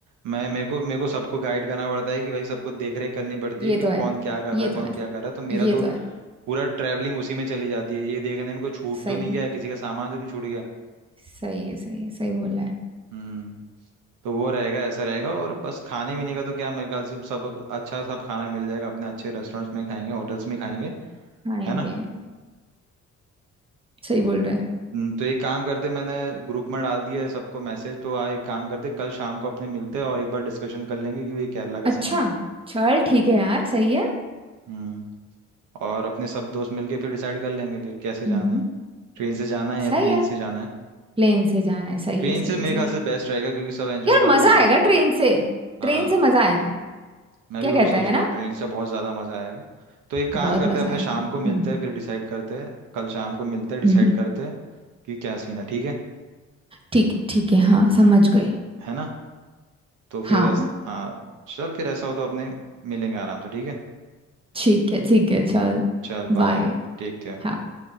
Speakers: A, on the right (about 85°); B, on the right (about 20°).
A: मैं मेरे को मेरे को सबको गाइड करना पड़ता है कि भाई सबको देख रेख करनी पड़ती
B: ये
A: है कि
B: तो
A: वो
B: है
A: कौन क्या कर
B: ये
A: रहा है
B: तो
A: कौन
B: है
A: क्या कर रहा है तो मेरा
B: ये
A: तो
B: तो है
A: पूरा ट्रैवलिंग उसी में चली जाती है ये देखने में कोई छूट
B: सही
A: तो नहीं
B: में
A: गया किसी का सामान तो नहीं छूट गया
B: सही है सही है सही बोल रहा है
A: हम्म तो वो रहेगा ऐसा रहेगा और बस खाने पीने का तो क्या मेरे ख्याल से सब अच्छा सब खाना मिल जाएगा अपने अच्छे रेस्टोरेंट्स में ही खाएंगे होटल्स में ही खाएंगे
B: खाएंगे
A: है ना
B: सही बोल रहा है
A: हम्म, तो एक काम करते मैंने ग्रुप में डाल दिया है सबको मैसेज तो आ एक काम करते कल शाम को अपने मिलते हैं और एक बार डिस्कशन कर लेंगे कि ये केरला का
B: अच्छा
A: सीन है
B: चल ठीक है यार सही है
A: हम्म और अपने सब दोस्त मिलके फिर डिसाइड कर लेंगे फिर कैसे जाना
B: हम्म
A: है ट्रेन से जाना है या
B: सही
A: प्लेन
B: है
A: से जाना है
B: प्लेन से जाना है सही
A: ट्रेन
B: है सही
A: से मेरे
B: है सही
A: ख्याल से
B: है
A: बेस्ट रहेगा क्योंकि सब एंजॉय
B: यार
A: करके
B: मजा
A: जाएंगे
B: आएगा
A: फिर
B: ट्रेन से
A: हाँ
B: ट्रेन से मजा आएगा
A: मैं
B: क्या
A: भी
B: कहता
A: वही सोच
B: है
A: रहा
B: ना
A: हूँ ट्रेन से बहुत ज्यादा मजा आएगा तो एक काम
B: बहुत
A: करते
B: मजा
A: हैं अपने
B: आएगा
A: शाम
B: हम्म
A: को मिलते हैं फिर डिसाइड करते हैं कल शाम को मिलते हैं डिसाइड
B: हम्म
A: करते हैं कि क्या सीन है ठीक है
B: ठीक ठीक है हाँ समझ गई
A: है ना तो फिर
B: हाँ
A: ऐस- हाँ चल फिर ऐसा हो तो अपने मिलेंगे आराम से ठीक है
B: ठीक है ठीक है चल
A: चल
B: बाय
A: बाय Take care
B: हाँ